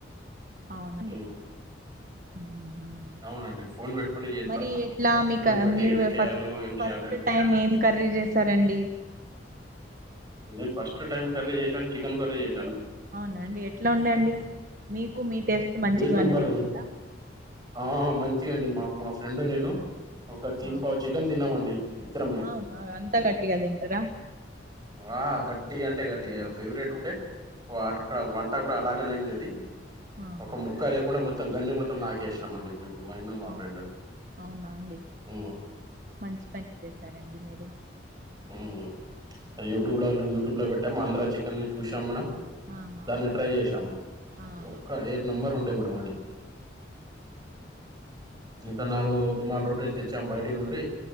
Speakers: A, on the right; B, on the right.
A: అవునండి
B: మ్,
A: ఉహుమ్
B: అవునండి ఫోన్ పెట్టుకుని చేస్తా
A: మరి ఎట్లా మీక
B: యూట్యూబ్ పెట్టి
A: మీరు
B: ఏది చేయాలో
A: ఫస్ట్
B: ఏం చేయాలో
A: ఫసస్టు టైం ఏం కర్రి ర్రి చేసారండి
B: నేన్ ఫస్టు టైమ్ కర్రి చేశన్ చికెన్ కర్రి చే
A: అవున అండి ఎట్లా ఉండండి మీకు మీ టేస్ట్ మంచిగా
B: ఏక్ నంబర్
A: అనిపిచిందా
B: ఆ ఆ మంచిగ అండి మా మా ఫ్రెండ్ నేను ఒక తీన్
A: ఆ,
B: పావు చికెన్ తిన్నామండి ఇద్దరమే
A: అవునా గ అంతా గట్టిగా తింటారా
B: వా గట్టిగా అంటే గట్టి ఫేవరెట్ ఉంటే అక్కడ వంట గూడా అలాగనే అయింది అది
A: ఆహా
B: ఒక ముక్క లేకుండా మొత్తం గంజి మొత్తం నాకేసినాంమండి మేము మన్ మా
A: అవు-
B: ఫ్రెండ్
A: అవునా అండి
B: హ్మ్మ్
A: మంచి పని చేసారండి మీరు
B: ఉమ్ యూట్యూబ్ లో యూట్యూబ్ పెట్టాం ఆంద్ర చికెని చూసాం మేడం
A: ఆహా
B: దాన్ని ట్రై చేసాం
A: ఆహా
B: ఒక్క ఏక్ నంబర్ ఉండే మేడమ్ అది ఇంకా నాలుగు రూమాల్ రోటి తెచ్చాం బయటి నుండి